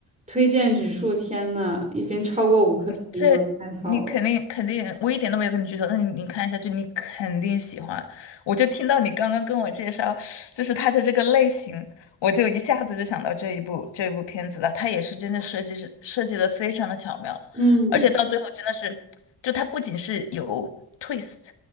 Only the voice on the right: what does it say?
推荐指数，天呐，已经超过五颗星了，
太好了，
嗯